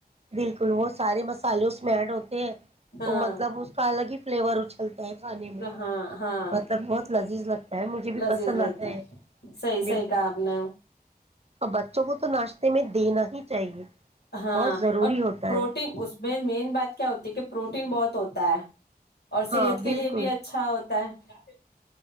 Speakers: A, on the right (about 40°); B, on the left (about 85°).
A: بالکل وہ سارے مسالے اس میں ایڈ ہوتے ہیں
B: ہاں
A: تو مطلب اس کا الگ ہی فلیور اچھلتا کھانے میں
B: ہاں ہاں
A: مطلب بہت لذیذ لگتا ہے مجھے بھی
B: لذیذ
A: پسند
B: لگتا
A: آتا ہے
B: صحیح صحیح
A: بالکل
B: کہا آپ نے
A: اور بچوں کو تو ناشتے میں دینا ہی چاہیے
B: ہاں
A: بہت ضروری
B: اور
A: ہوتا
B: پروٹین
A: ہے
B: اس میں مین بات کیا ہوتی ہے کہ پروٹین بہت ہوتا ہے اور صحت
A: ہاں
B: کے
A: بالکل
B: لیے بھی اچھا ہوتا ہے